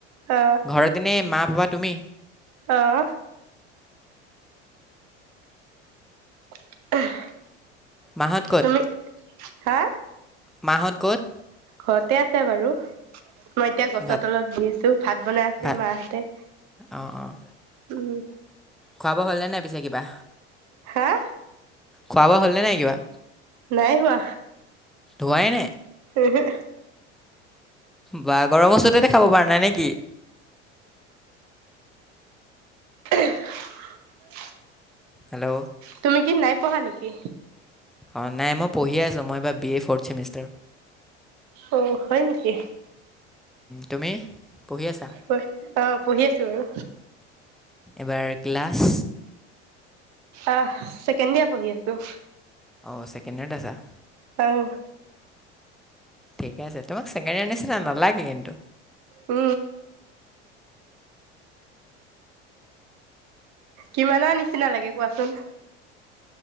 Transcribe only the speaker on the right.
অ
অ'। <inaudible>
তুমি হা?
ঘৱতে আছে বাৰু। মই এতিয়া গছৰ
তলত বি আছোঁ। ভাত বনাই আছে
মাহঁতে।
উ।
হা?
নাই হোৱা।
উহো।
<inaudible>
তুমি কি নাই পঢ়া নেকি?
অ' হয় নেকি?
পঢ়, অ' পঢ়ি আছোঁ বাৰু।
আহ, ছেকেণ্ডিয়ে পঢ়ি আছোঁ।
অ'।
উ। কিমানৰ নিচিনা লাগে কোৱাচোন।